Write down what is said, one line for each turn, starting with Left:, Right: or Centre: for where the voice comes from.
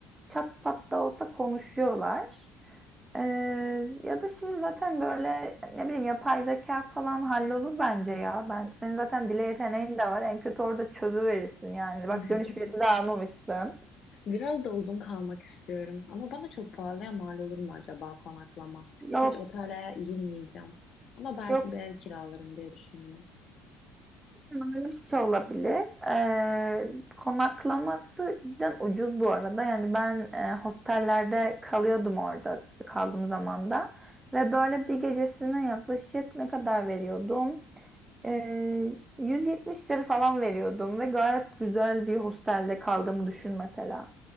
Right: çat pat da olsa konuşuyorlar. Ee, ya da şimdi zaten böyle ne bileyim yapay zeka falan hallolur bence ya. Ben senin zaten dile yeteneğin de var. En kötü orada çözüverirsin yani.
Left: <laughs>
Right: Bak dönüş bileti de almamışsın.
Left: Biraz da uzun kalmak istiyorum. Ama bana çok pahalıya mal olur mu acaba konaklama?
Right: Yok
Left: Hiç otele girmeyeceğim. Ama belki
Right: yok
Left: bir ev kiralarım diye düşündüm.
Right: Öyle bir şey olabilir. Ee, konaklaması cidden ucuz bu arada. Yani ben e, hostellerde kalıyordum orada kaldığım zaman da Ve böyle bir gecesine yaklaşık ne kadar veriyordum? Ee, 170 lira falan veriyordum ve gayet güzel bir hostelde kaldığımı düşün mesela.